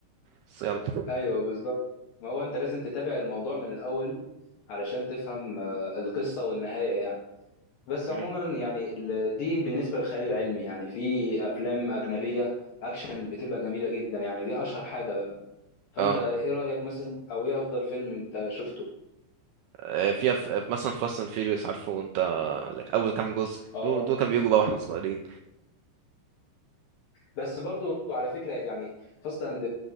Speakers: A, on the right; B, on the left.
A: بس يلا
B: ايوه بالظبط ما هو انت لازم تتابع الموضوع من الاول علشان تفهم آه، القصه والنهايه يعني بس عموما
A: مم.
B: يعني ال- دي بالنسبه للخيال العلمي يعني في افلام اجنبيه اكشن بتبقى جميله جدا يعني دي اشهر حاجه فانت
A: اه
B: ايه رايك مثلا او ايه افضل فيلم انت شفته
A: آه، فيها في مثلا فاست اند فيريوس عارفه انت لك اول كام جزء
B: اه
A: دول دول كانوا بيجوا بقى واحنا صغيرين
B: بس برضو على فكره يعني فاست اند